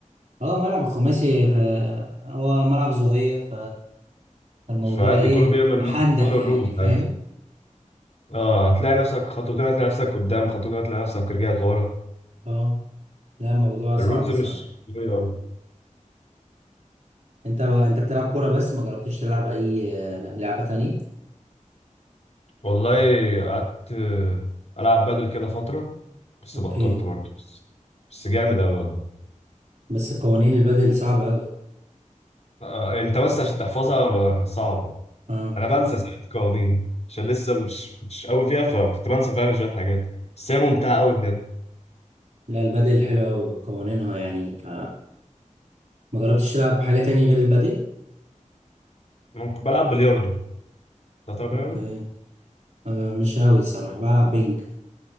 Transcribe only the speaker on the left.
فعادي
كله بيعمل
كله الروم
عادي اه هتلاقي نفسك خطوتين هتلاقي نفسك قدام خطوتين هتلاقي نفسك رجعت ورا
الرولز
مش
قوية أوي
والله قعدت آه، ألعب بادل كده فترة بس
بطلت برضه بس بس جامد أوي والله
آه، أنت بس عشان تحفظها آه، صعبة
أنا بنسى ساعات قوانين عشان لسه مش كنتش قوي فيها فكنت بنسى فعلا شوية حاجات بس هي ممتعة أوي بجد
ممكن بلعب بلياردو ده تلعب بلياردو